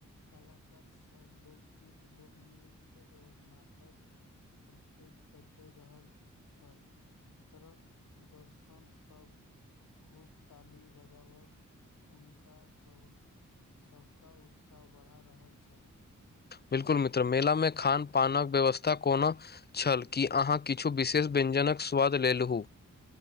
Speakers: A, on the left; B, on the left.
A: कलाकारसभ लोकगीत लोकनृत्य आओर नाटक प्रस्तुत कतै रहल छल दर दर्शनसभ खूब ताली बजावक उनका सब सबक उत्साह बढ़ा रहल छल
B: बिल्कुल मित्र मेलामे खान पानक व्यवस्था कोनो छल की अहाँ किछु विशेष व्यजनक स्वाद लेलहु